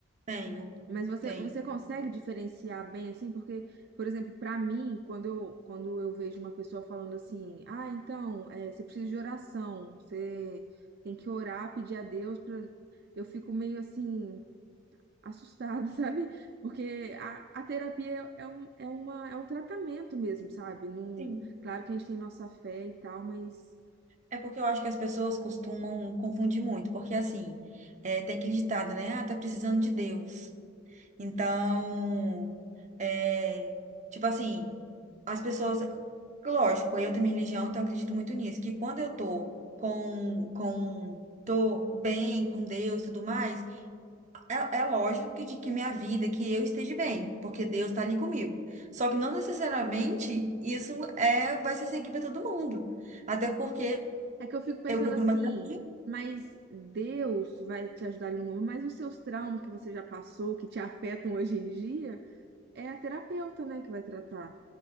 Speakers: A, on the right (about 35°); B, on the right (about 55°).
A: Tenho,
B: Mas você,
A: tenho.
B: você consegue diferenciar bem assim? Porque, por exemplo, para mim, quando eu, quando eu vejo uma pessoa falando assim, ah, então, eh, você precisa de oração, você tem que orar, pedir a Deus, pra... eu fico meio assim, assustada, <laughs> sabe? Porque a, a terapia é, um, é uma, é um tratamento mesmo, sabe? Não,
A: Sim.
B: claro que a gente tem nossa fé e tal, mas.
A: É porque eu acho que as pessoas costumam confundir muito, porque assim, é, tem aquele ditado, né? Ah, tá precisando de Deus. Então, é, tipo assim, as pessoas, lógico, eu tenho minha religião, então eu acredito muito nisso, que quando eu tô com, com, tô bem com Deus e tudo mais, é, é lógico que, de, que minha vida, que eu esteja bem, porque Deus tá ali comigo. Só que não necessariamente isso é, vai ser seguir para todo mundo. Até porque
B: É que eu fico pensando
A: eu procuro
B: assim,
A: uma terapia
B: mas Deus vai te ajudar ali no momento, mas os seus traumas que você já passou, que te afetam hoje em dia, é a terapeuta, né, que vai tratar.